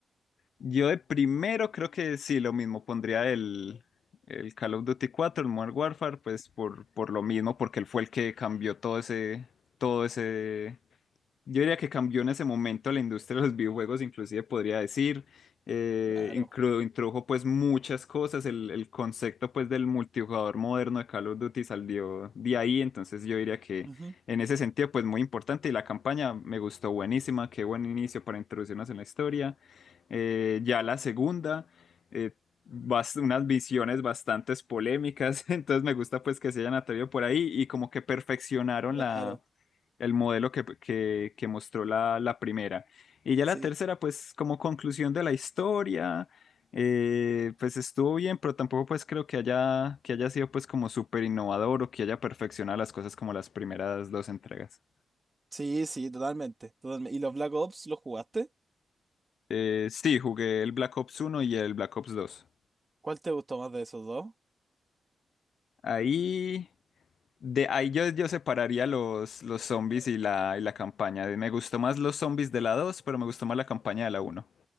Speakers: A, on the left; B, on the right.
A: Yo de primero creo que sí, lo mismo, pondría el, el Call of Duty cuatro el Modern Warfare, pues por, por lo mismo, porque él fue el que cambió todo ese, todo ese, yo diría que cambió en ese momento la industria de los videojuegos, inclusive podría decir, eh,
B: Claro.
A: inclu- introdujo pues muchas cosas, el, el concepto pues del multijugador moderno de Call of Duty salió de ahí, entonces yo diría que
B: Ujú.
A: en ese sentido pues muy importante y la campaña me gustó buenísima, qué buen inicio para introducirnos en la historia. Eh, ya la segunda, eh, bas- unas visiones bastante polémicas, <laughs> entonces me gusta pues que se hayan atrevido por ahí y como que perfeccionaron
B: Claro.
A: la el modelo que, que- que mostró la, la primera. Y ya
B: Sí,
A: la tercera, pues como conclusión de la historia, eh, pues estuvo bien, pero tampoco pues creo que haya, que haya sido pues como súper innovador o que haya perfeccionado las cosas como las primeras dos entregas.
B: sí, sí, totalmente, totalmente. ¿Y los Black Ops los jugaste?
A: Eh, sí, jugué el Black Ops uno y el Black Ops dos
B: ¿Cuál te gustó más de esos dos?
A: Ahí, de, ahí yo, yo separaría los, los zombies y la, y la campaña. Me gustó más los zombies de la 2 pero me gustó más la campaña de la uno